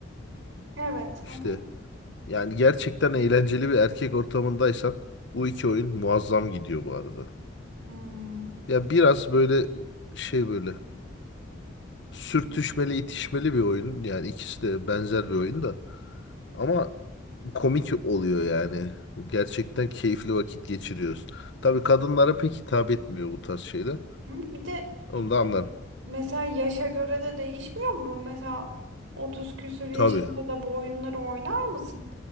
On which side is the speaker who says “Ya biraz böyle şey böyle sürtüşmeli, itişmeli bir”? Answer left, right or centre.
Left